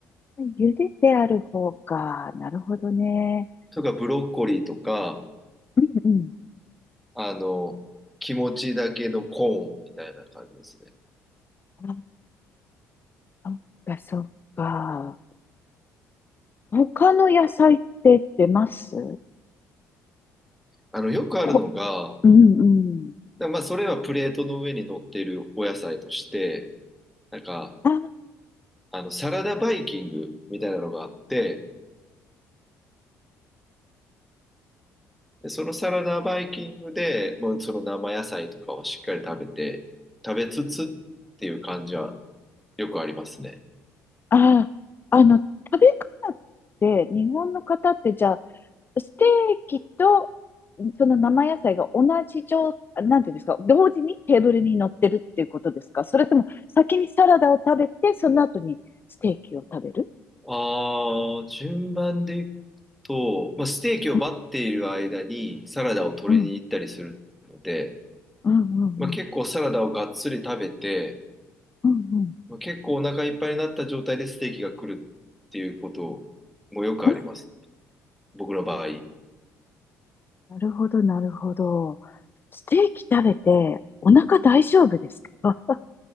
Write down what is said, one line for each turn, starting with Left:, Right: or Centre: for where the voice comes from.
Left: あ、茹でてある方か。なるほどね。
Centre: とか、ブロッコリーとか、
Left: うんうん。
Centre: あの、気持ちだけのコーンみたいな感じですね。
Left: あ、そっか、そっか。他の野菜って出ます
Centre: あの、よくあるのが、
Left: ほ、うんうん。
Centre: だまあ、それはプレートの上に乗っているお野菜として、なんか、
Left: あ、
Centre: あの、サラダバイキングみたいなのがあって、でそのサラダバイキングで、もうその生野菜とかをしっかり食べて、食べつつっていう感じはよくありますね。
Left: あ、あの、食べ方って、日本の方ってじゃあ、ステーキと、その生野菜が同じ状、なんていうんですか、同時にテーブルに乗ってるっていうことですかそれとも先にサラダを食べて、その後にステーキを食べる
Centre: ああ、順番でいくと、まあ、ステーキをバッている間にサラダを取りに行ったりするので、
Left: うんうんうんうんうん。
Centre: まあ、結構サラダをがっつり食べて、
Left: うんうん。
Centre: まあ、結構お腹いっぱいになった状態でステーキが来るっていうこともよくありますね。
Left: え
Centre: 僕の場合。
Left: なるほど、なるほど。ステーキ食べてお腹大丈夫ですかあ、